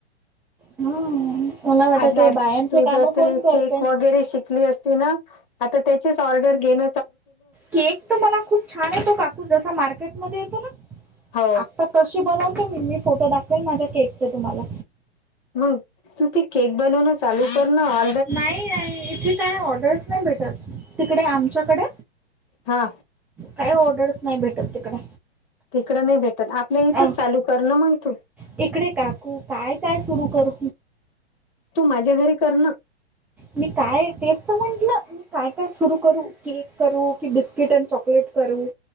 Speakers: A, in the centre; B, on the left.
A: हम्म मला वाटायचं
B: आज
A: बायांचे
B: तू
A: काम
B: ज
A: कोण
B: ते
A: करते
B: केक वगैरे शिकली असती ना. आता त्याचेच ऑर्डर घेण
A: केक तर मला खूप छान येतो, काकू जसा मार्केटमध्ये येतो ना
B: हो
A: आता तशी बनवूनते मी मी फोटो दाखवेल माझ्या केकचे तुम्हाला.
B: मग तू ते केक बनवन चालू कर ना ऑ
A: नाही नाही इथे काय ऑर्डर्स नाही भेटत. तिकडे आमच्याकडे.
B: हा.
A: काही ऑर्डरच नाही भेटतं तिकडं.
B: तिकडं नाही भेटत आपल्या इथंच
A: अहो
B: चालू कर ना मग तू
A: तिकडे काकू काय काय सुरू करू
B: तू माझ्या घरी करनं.
A: मी काय तेच तर म्हंटलं. काय काय सुरू करू. केक करू की, बिस्किट अन् चॉकलेट करू.